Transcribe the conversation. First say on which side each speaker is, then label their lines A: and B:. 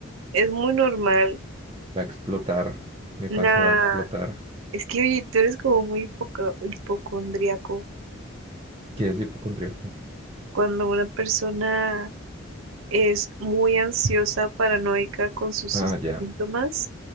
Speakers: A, on the right (about 75°); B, on the right (about 25°).
A: es muy normal.
B: Va a explotar. Mi
A: Nah,
B: panza va a explotar.
A: es que oye, tú eres como muy hipoco- hipocondríaco.
B: ¿Qué es hipocondríaco?
A: Cuando una persona Es muy ansiosa, paranoica con sus
B: Ah,
A: sí-
B: ya.
A: síntomas